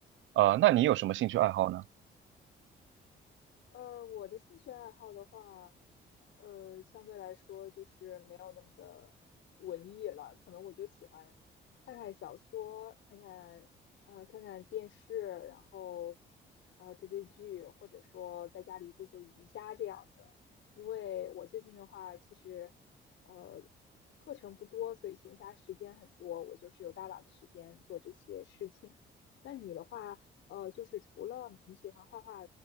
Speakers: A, on the right; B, on the left.
A: 呃，那你有什么兴趣爱好呢？
B: 呃，我的兴趣爱好的话，呃，相对来说就是没有那么的文艺了，可能我就喜欢看看小说，看看，呃，看看电视，然后，呃，追追剧，或者说在家里做做瑜伽这样的。因为我最近的话，其实，呃，课程不多，所以闲暇时间很多，我就是有大把的时间做这些事情。那你的话，呃，就是除了你喜欢画画。